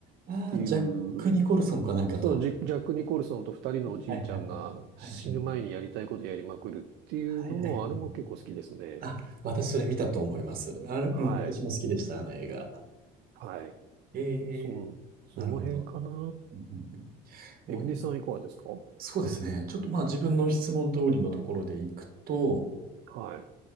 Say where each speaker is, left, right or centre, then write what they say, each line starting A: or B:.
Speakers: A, on the right; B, on the right.
A: ああ、
B: っていう、
A: ジャック・ニコルソンかなんかと。
B: そう、ジジャック・ニコルソンと二人のおじいちゃんが死ぬ前にやりたいことやりまくるっていうのも、
A: はいはいはいはい。はいはいはい。はいはいはい
B: あれも結構好きですね。
A: あ、私それ見たと思います。あれ、
B: はい。
A: うん、私も好きでした、あの映画。
B: はい。
A: ええ、
B: そん、その辺かな。
A: なるほど。うんうんうんもうい、
B: エビネさんいかがですか
A: そうですね。ちょっとまあ自分の質問通りのところでいくと、
B: はい。